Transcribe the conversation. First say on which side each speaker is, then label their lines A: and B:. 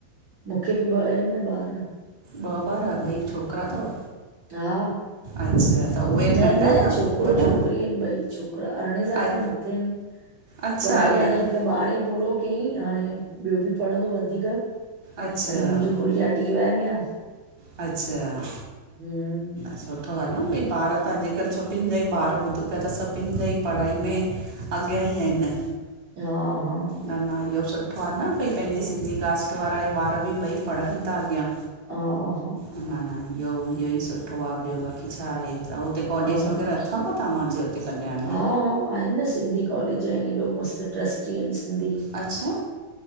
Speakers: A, on the right; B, on the right.
A: मूंखे बि ॿ आहिनि न ॿार।
B: ॿ ॿार, ॿई छोकिरा अथव?
A: हा।
B: अच्छा त उहे। बि
A: न
B: नंढा
A: न
B: अथव
A: छोकिरो
B: वॾा
A: - छोकिरी आहिनि भई, छोकिरा अरिड़हें साले
B: अ
A: खां म किन,
B: अच्छा
A: पढ़ाई
B: अरिड़हें
A: हाणे
B: खां।
A: हिकु बा्रे पूरो चई हाणे ॿियो बि पढ़ंदो वधीक,
B: अच्छा
A: हाड़े मुंहिंजी गुड़िया टी वाय में आ।
B: अच्छा।
A: हम्म
B: सुठो आ न, भई ॿार त अॼुकल्ह सभिनि जा ई ॿार ॿुधू पिया त सभिनि जा ई पढ़ाई में अॻियां ई आहिनि।
A: हा हा।
B: न न इहो बि सुठो आहे न, भई पंहिंजी सिंधी कास्ट वाराा ॿार बि पई पढ़नि था अॻियां।
A: आ। हा।
B: न न इहो इहो ई सुठो आ। ॿियो बाक़ी छा आहे? उते कॉलेज
A: हा, हा।
B: वग़ैरह अथव तव्हांजे हुते कल्याण
A: हा,
B: में?
A: हा आहिनि न, सिंधी कॉलेज आहिनि। एॾो मस्तु ट्रस्टी आहिनि सिंधी।
B: अच्छा?